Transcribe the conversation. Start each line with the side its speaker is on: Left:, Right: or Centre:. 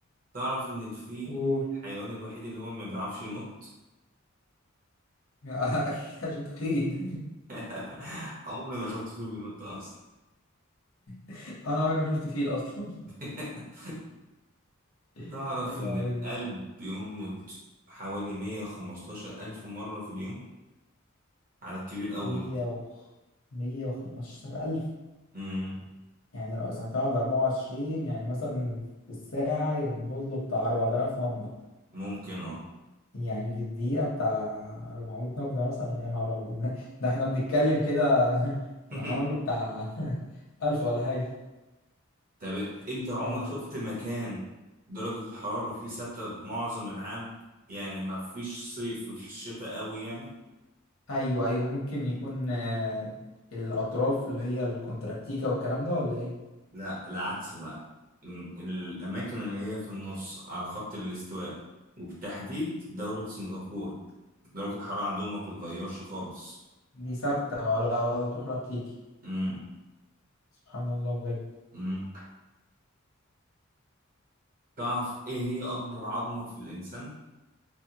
Right: تعرف إن الفيل
Left: قول
Right: الحيوان الوحيد اللي هو ما بيعرفش ينط
Left: <laughs> اكيد عشان تخين
Right: <laughs> عمري ما شفت فيه بينط اصلا
Left: <laughs> انا عمري ما شفت فيل اصلا
Right: <laughs>
Left: <laughs>
Right: تعرف
Left: حلو
Right: ان
Left: قوي
Right: القلب
Left: دي
Right: بينبض حوالي 115 الف مرة في اليوم على الكبير قوي
Left: مية
Right: ده
Left: وخ... مية وخمستاشر ألف
Right: امم
Left: يعني لو قسمتها على أربعة وعشرين يعني مثلا في الساعة ينبض له بتاع أربعة آلاف نبضة
Right: ممكن اه
Left: يعني في الدقيقة بتاع أربعمية نبضة مثلا يا نهار أبيض ده ده احنا بنتكلم كده <laughs>
Right: <laughs>
Left: أنا عمل له بتاع <laughs> ألف ولا حاجة
Right: طب انت
Left: سبحان
Right: عمرك
Left: الله
Right: شفت مكان درجة الحرارة فيه ثابتة معظم العام يعني ما فيش صيف ما فيش شتاء قوي يعني
Left: أيوه أيوه ممكن يكون آه، الأطراف اللي هي الكونتراكتيكا والكلام ده ولا إيه؟
Right: لا العكس بقى الم- الأماكن اللي هي في النص على خط الاستواء وبالتحديد دولة سنغافورة درجة الحرارة عندهم ما بتتغيرش خالص
Left: دي ثابتة ولا ولا بتروح ولا بتيجي
Right: امم
Left: سبحان الله بجد
Right: امم تعرف ايه هي أكبر عظمة في الإنسان؟